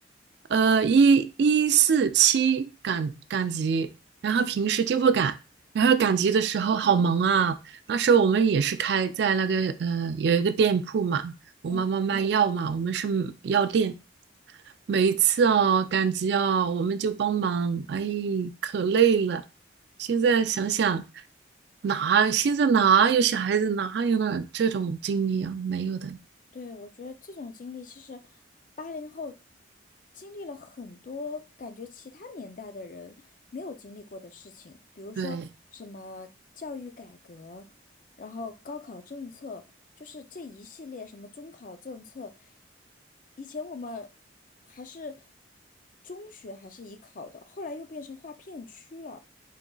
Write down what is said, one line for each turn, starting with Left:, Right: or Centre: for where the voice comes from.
Right: 呃，一一四七赶赶集，然后平时就不赶，然后赶集的时候好忙啊。那时候我们也是开在那个呃有一个店铺嘛，我妈妈卖药嘛，
Left: 嗯。
Right: 我们是药店。每一次哦赶集哦，我们就帮忙，哎，可累了。现在想想，哪现在哪有小孩子哪有那这种经历啊？没有的。
Left: 对，我觉得这种经历其实八零后经历了很多感觉其他年代的人没有经历过的事情，比如说什么教育改革，
Right: 对，
Left: 然后高考政策，就是这一系列什么中考政策，以前我们还是中学还是以考的，后来又变成划片区了。